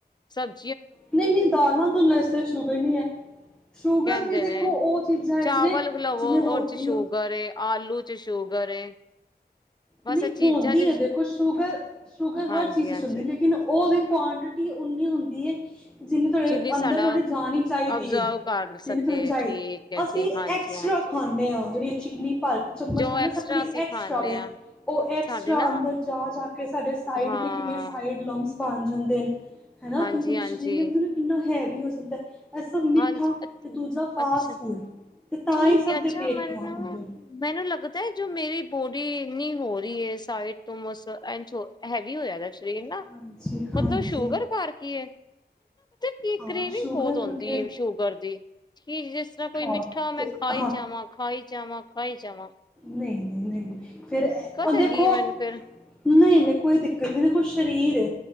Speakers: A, on the left; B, in the centre.
A: ਸਬ
B: ਨਹੀਂ ਨਹੀਂ ਦਾਲਾਂ ਦੁਲਾ ਇਸ ਚ ਸ਼ੂਗਰ ਨਹੀਂ ਹੈ, ਸ਼ੂਗਰ
A: ਕਹਿੰਦੇ
B: ਵੀ ਦੇਖੋ
A: ਨੇ
B: ਉਹ ਚੀਜ਼ਾਂ
A: ਚਾਵਲ
B: ਨੇ
A: ਲਵੋ
B: ਜਿਵੇਂ ਰੋਟੀ
A: ਔਦੇ ਚ ਸ਼ੂਗਰ ਏ, ਆਲੂ ਚ ਸ਼ੂਗਰ ਏ, ਬਸ
B: ਨਹੀਂ
A: ਇਹ ਚੀਜ਼ਾਂ
B: ਹੋਦੀ
A: ਚ
B: ਹੈ ਦੇਖੋ ਸ਼ੂਗਰ, ਸ਼ੂਗਰ
A: ਹਾਂਜੀ
B: ਹਰ ਚੀਜ਼
A: ਹਾਂਜੀ
B: ਚ ਹੁੰਦੀ ਲੇਕਿਨ ਉਹਦੇ ਕਵਆਂਟੀਟੀ ਉਨੀ ਹੁੰਦੀ ਹੈ ਜਿਨੀ ਤੁਹਾਡੇ
A: ਜਿੰਨੀ ਸਾਡਾ
B: ਅੰਦਰ ਜਾਣੀ ਚਾਹੀਦੀ
A: ਅਬਜ਼ਰਵ
B: ਹੈ।
A: ਕਰ ਸਕੇ
B: ਜਿਹਨੀ ਤੁਹਾਨੂੰ ਚਾਹੀਦੀ
A: ਠੀਕ ਹੈ
B: ਅਸੀਂ
A: ਜੀ ਹਾਂਜੀ
B: ਐਕਸਟਰਾ
A: ਹਾਂਜੀ
B: ਖਾਂਦੇ ਹਾਂ। ਜਿਹੜੀ ਏ ਚੀਨੀ ਭਰ ਕੇ ਚਮਚ
A: ਜੋ
B: ਖਾਣੇ
A: ਐਕਸਟਰਾ
B: ਹਾਂ
A: ਅਸੀਂ
B: ਐਕਸਟਰਾ
A: ਖਾਂਦੇ
B: ਵੇ।
A: ਹਾਂ
B: ਉਹ ਐਕਸਟਰਾ
A: ਸਾਡੇ ਨਾ
B: ਅੰਦਰ ਜਾ ਜਾ ਕੇ ਸਾਡੇ ਸਾਈਡ
A: ਹਾਂ
B: ਦੇ ਕਿਵੇਂ ਸਾਈਡ ਲਮਸ ਬਣ ਜਾਂਦੇ ਨੇ ਹੈ ਨਾ,
A: ਹਾਂਜੀ
B: ਕਈ ਵਰੀ
A: ਹਾਂਜੀ
B: ਸਰੀਰ ਵਿਚੋ ਕਿੰਨਾ ਹੈ ਵੀ ਹੋ ਜਾਂਦਾ। ਇਹ ਸਭ ਮਿੱਠਾ
A: ਹਾਂਜੀ ਅੱਛਾ
B: ਤੇ ਦੂਜਾ ਫਾਸਟ
A: ਅੱਛਾ
B: ਫੂਡ ਤੇ ਤਾਂ
A: ਠੀਕ
B: ਹੀ ਸਭ
A: ਹੈ ਅੱਛਾ
B: ਦੇ ਪੇਟ
A: ਮੈਨੂੰ
B: ਖ਼ਰਾਬ ਹੁੰਦੇ ਨੇ
A: ਮੈਨੂੰ ਲੱਗਦਾ ਹੈ ਜੋ ਮੇਰੀ ਬੋ ਡੀ ਇੰਨੀ ਹੋ ਰਹੀ ਹੈ ਸਾਈਡ ਤੋਂ ਬਸ ਏਂਜ ਹੈਵੀ ਹੋਇਆ ਦਾ ਸ਼ਰੀਰ ਨਾ
B: ਹਾਂਜੀ ਹਾਂਜੀ
A: ਮਤਲਬ ਸ਼ੂਗਰ ਕਾਰ ਕੇ ਹੈ। ਕੀ
B: ਹਾਂ
A: ਕਰੀਵਿੰਗ
B: ਸ਼ੂਗਰ
A: ਬਹੁਤ ਹੁੰਦੀ
B: ਕਰਕੇ
A: ਦੀ ਸ਼ੂਗਰ ਦੀ ਕਿ ਜਿਸ ਤਰ੍ਹਾਂ ਕੋਈ ਮਿੱਠਾ
B: ਔਰ
A: ਮੈਂ
B: ਫਿਰ
A: ਖਾਈ
B: ਹਾਂ
A: ਜਾਵਾਂ ਖਾਈ ਜਵਾਬ, ਖਾਈ ਜਵਾ।
B: ਨਹੀਂ ਨਹੀਂ ਨਹੀਂ ਫੇਰ
A: ਹੈਗੀ
B: ਦੇਖੋ
A: ਏ ਮੈਨੂੰ ਫੇਰ
B: ਨਹੀਂ ਨਹੀਂ ਕੋਈ ਦਿੱਕਤ ਨ ਦੇਖੋ ਸਰੀਰ ਹੇ।